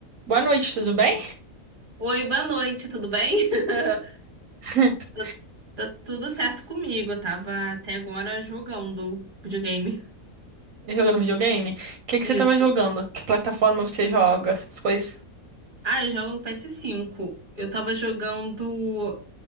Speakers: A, on the right; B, on the right.
A: Boa noite, tudo bem?
B: Oi, boa noite, tudo bem? <laughs>
A: <laughs>
B: Tá, tá tudo certo comigo. Eu tava até agora jogando videogame.
A: Jogando videogame? O que
B: Isso.
A: que você tava jogando? Que plataforma você joga? Essas coisas.
B: Ah, eu jogo no ps cinco Eu tava jogando